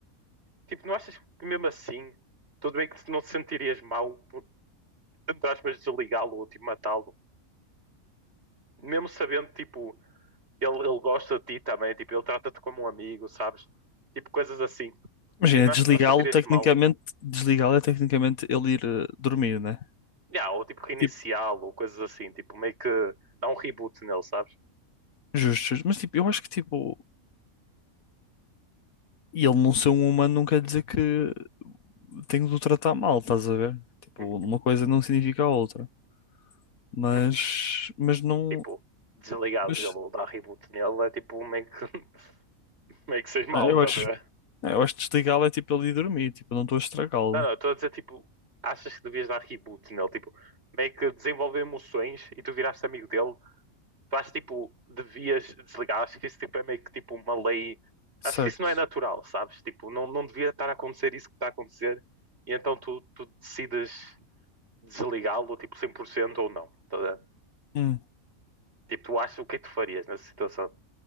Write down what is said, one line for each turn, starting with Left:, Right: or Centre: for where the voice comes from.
Right: Tipo, não achas que mesmo assim, tudo bem que não te sentirias mal por, entre aspas, desligá-lo ou tipo matá-lo? Mesmo sabendo, tipo, ele, ele gosta de ti também, tipo, ele trata-te como um amigo, sabes? Tipo, coisas assim.
Left: Imagina,
Right: Tipo, não,
Left: desligá-lo,
Right: ach- não sentirias-te
Left: tecnicamente,
Right: mal.
Left: desligá-lo é tecnicamente ele ir eh, dormir, né?
Right: Yeah, ou tipo reiniciá-lo,
Left: Tipo,
Right: ou coisas assim, tipo meio que dá um reboot nele, sabes?
Left: justo, justo. Mas, tipo, eu acho que, tipo, e ele não ser um humano não quer dizer que. tenho de o tratar mal, estás a ver? Tipo,
Right: Uhum,
Left: uma coisa não significa a outra. Mas,
Right: uhum.
Left: mas não,
Right: Tipo, desligares
Left: mas
Right: ele ou dar reboot nele é tipo meio que, <laughs> meio que seja mau,
Left: ah, eu
Right: estás
Left: acho,
Right: a ver?
Left: ah, eu acho que desligá-lo é tipo ele ir dormir, tipo, eu não estou a estragá-lo,
Right: Não, não, estou a dizer tipo, achas que devias dar reboot nele, tipo, meio que desenvolver emoções e tu viraste amigo dele Tu acho tipo, devias desligar. Acho que isso tipo, é meio que tipo uma lei.
Left: certo?
Right: Acho que isso não é natural, sabes? Tipo, não, não devia estar a acontecer isso que está a acontecer. E então tu, tu decides desligá-lo, tipo, 100% ou não. tá a ver?
Left: Hum.
Right: Tipo, tu achas o que é que tu farias nessa situação?